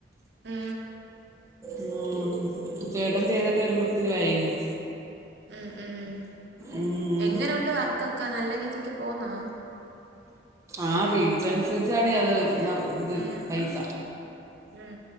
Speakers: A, on the right; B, on the right.
A: ഉം
B: ഉം ചേട്ടൻ ചെയ്തിട്ട് വരുമ്പോ ഒത്തിരി വൈകും
A: ഉം ഉം
B: ഉം
A: എങ്ങനുണ്ട് വർക്കൊക്കെ നല്ല രീതിക്ക് പോന്നോ
B: ആ റീച്ചൻസര്ച്ചാടീ അത് വർക്ക് ഇത്
A: ഉം
B: പൈസ
A: ഉം ഉം